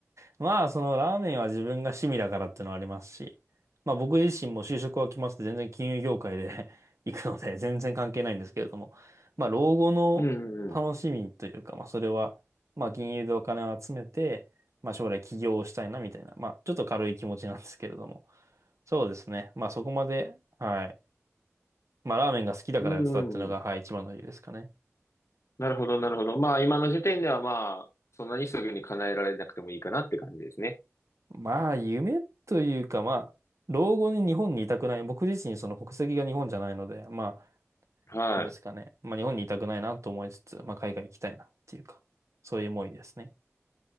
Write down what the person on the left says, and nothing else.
うんうんうん。
うんうんうん
なるほど、なるほど。まあ、今の時点ではまあ、そんなにすぐに叶えられなくてもいいかなって感じですね。
はい。